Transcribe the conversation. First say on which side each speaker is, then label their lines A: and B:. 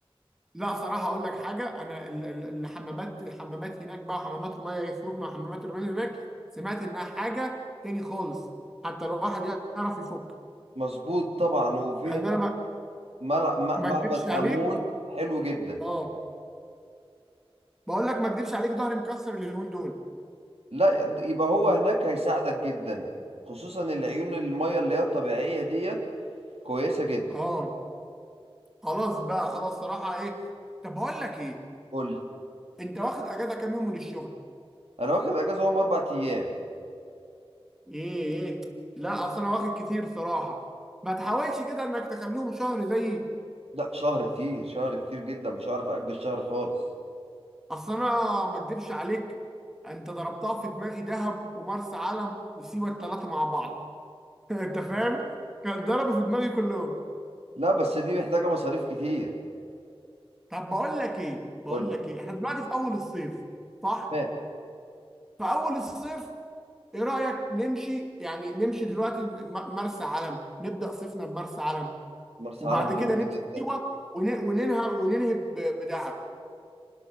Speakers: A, in the centre; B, on the right (about 85°).
A: لا صراحة أقول لك حاجة أنا ال- ال- الحمامات الحمامات هناك بقى وحمامات المية يفلوكنا وحمامات الرمال هناك سمعت إنها حاجة تاني خالص حتى لو واحد يعرف يفك
B: مظبوط طبعا وفي
A: يعني
B: هناك
A: أنا ما
B: ملع- م-
A: ما
B: معبد
A: أكدبش عليك
B: امون حلو جدا
A: أه بقول لك ما أكدبش عليك ظهري مكسر اليومين دول
B: لا يبقى هو هناك هيساعدك جدا خصوصا العيون الميه اللي هي الطبيعيه ديت كويسه جدا
A: أه خلاص بقى خلاص صراحة إيه طب بقول لك إيه
B: قول لي
A: أنت واخد أجازة كام يوم من الشغل؟
B: انا واخد اجازه هم اربع ايام
A: إيه إيه لا أصل أنا واخد كتير صراحة ما تحاولش كده إنك تخليهم شهر زيي
B: لا شهر كتير شهر كتير جدا مش هعرف اجل شهر خالص
A: اصل انا ما اكدبش عليك انت ضربتها في دماغي دهب ومرسى علم وسيوه الثلاثه مع بعض <laughs> انت فاهم كان ضربوا في دماغي كلهم
B: لا بس دي محتاجه مصاريف كتير
A: طب بقول لك ايه بقول
B: قول
A: لك ايه احنا دلوقتي في اول الصيف صح
B: تمام
A: في اول الصيف ايه رايك نمشي يعني نمشي دلوقتي م- مرسى علم نبدا صيفنا بمرسى علم
B: مرسى
A: وبعد
B: علم جميلة
A: كده نمشي
B: جدا
A: سيوه ون- وننهى وننهي ب- بدهب